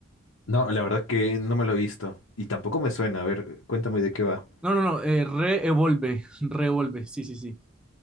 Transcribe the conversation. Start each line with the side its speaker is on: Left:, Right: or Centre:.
Left: No, la verdad que no me lo he visto y tampoco me suena. A ver, cuéntame de qué va.
Centre: No, no, no, eh, Re-Evolve, Re-Evolve, sí, sí, sí.